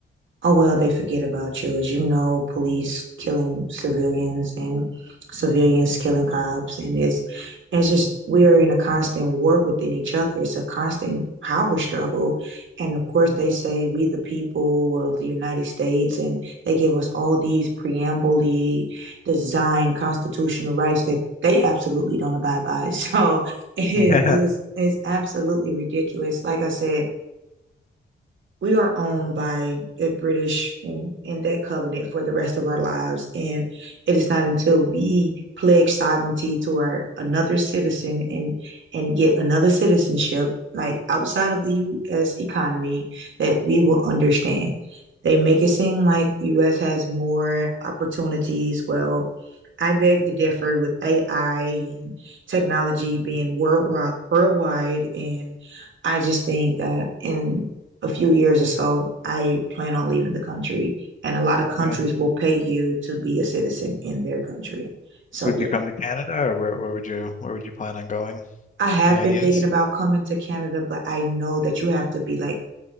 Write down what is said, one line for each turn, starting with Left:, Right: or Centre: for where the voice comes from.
Right: oh well they forget about you as you know police killing civilians and civilians killing cops and it's it's just we're in a constant war within each other it's a constant power struggle and of course
Left: Mm,
Right: they say we the people of the united states and they give us all these preambly designed constitutional rights that they absolutely don't abide by <laughs> so it, it
Left: Mhm. <laughs>
Right: is
Left: Yeah.
Right: it's absolutely ridiculous like i said we are owned
Left: Mhm.
Right: by the British in, in that covenant for the rest of our lives. And it is not until we pledge sovereignty to our another citizen and and get another citizenship, like outside of the US economy, that we will
Left: Mm,
Right: understand. They make it seem like US has more opportunities. Well, I beg to differ with AI and technology
Left: mhm.
Right: being worldwide worldwide and I just think that in a few years or so, I plan on leaving the country. And a lot of countries
Left: Yeah.
Right: will pay you to be a citizen in their country. So,
Left: Would
Right: yeah,
Left: you come to Canada or where, where would you where would you plan on going?
Right: I have
Left: Any ideas?
Right: been thinking about coming to Canada, but I know that you have to be like,